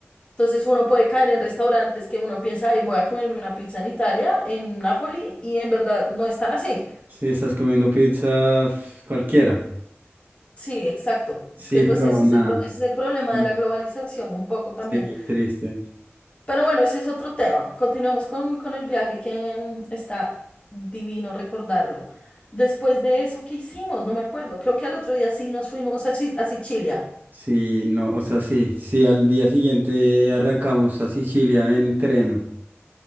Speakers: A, on the left; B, on the right.
A: Entonces uno puede caer en restaurantes que uno piensa, ay, voy a comerme una pizza en Italia, en Nápoles, y en verdad no están así.
B: Sí, estás comiendo pizza f- cualquiera.
A: Sí, exacto.
B: Sí,
A: Es que pues
B: pero
A: ese
B: nada.
A: es el, pro- ese es el problema
B: Mm,
A: de la globalización un poco también.
B: Sí, triste.
A: Pero bueno, ese es otro tema. Continuemos con, con el viaje que mm, está divino recordarlo. Después de eso, ¿qué hicimos? No me acuerdo. Creo que al otro día sí nos fuimos a, Chi- a Sicilia.
B: Sí, no, o sea, sí, sí, al día siguiente arrancamos a Sicilia en tren,